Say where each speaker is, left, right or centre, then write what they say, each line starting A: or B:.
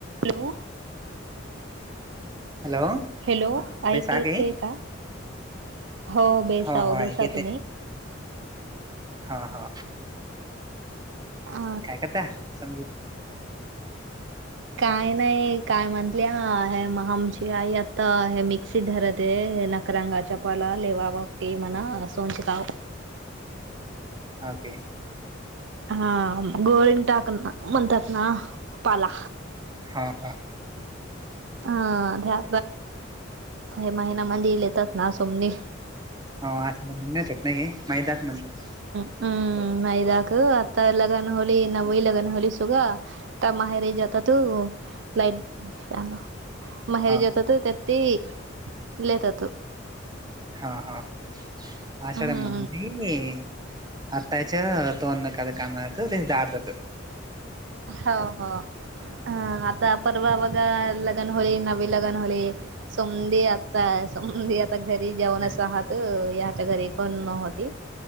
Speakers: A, on the right (about 65°); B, on the right (about 20°).
A: हॅलो
B: हॅलो
A: हॅलो ऐक
B: बेस आगे
A: येते का हो बेसाओ
B: हो हो ऐक
A: बेसा तुम्ही
B: हा हा
A: अ
B: काय करता समजू
A: काय नाही काय म्हटले हे मग आमची आई आता हे मिक्सी धरत आहे न रंगाच्या पला लेवावां ते मना सोचितव
B: ओके
A: हा गोरन टाकन म्हतात ना पला
B: हा का
A: ह त्या महिनामध्येध्ये येतात ना सोमनी
B: हो आ म्हण येतात नाही मैदाक म्हणतात
A: हम्म यद हकू आता लगन होली न मई लगन होली सुग त्या माहेरे जात तो लाईट पल महेरज
B: हो
A: होतात तेती लेतात
B: हा हा अशाढ
A: हम्म
B: म्हणे आताच्या तोनक कामत दारतात
A: हो हो ह आता परवा व लगन होळी नवी लगन होली सधी आता सधी आ आता घरी जाऊनच
B: नाही.
A: आहात याच्या घरी पण नव्हती